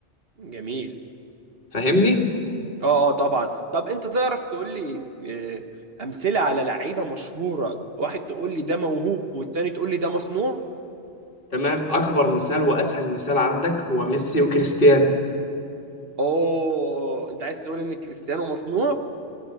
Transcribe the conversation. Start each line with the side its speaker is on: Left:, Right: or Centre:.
Right: جميل
Left: فاهمني
Right: اه اه طبعا طب انت تعرف تقول لي آه، امثله على لعيبه مشهوره واحد تقول لي ده موهوب والتاني تقول لي ده مصنوع
Left: تمام اكبر مثال واسهل مثال عندك هو ميسي وكريستيانو
Right: اوه انت عايز تقول ان كريستيانو مصنوع